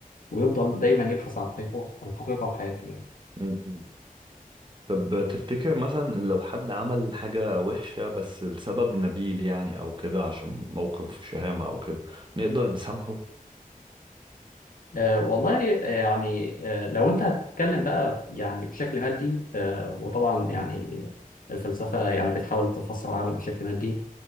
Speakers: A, on the left; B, on the right.
A: ويفضل دايما يبحث عن الحقيقة الحقيقة في حياته يعني
B: م- م. طب تفتكر مثلا لو حد عمل حاجة وحشة بس لسبب نبيل يعني او كده عشان موقف شهامة او كده نقدر نسامحه
A: آه، والله آه، يعني آه، لو أنت هتتكلم بقى يعني بشكل مادي آه، وطبعا يعني الفلسفة يعني بتحاول تفسر العالم بشكل مادي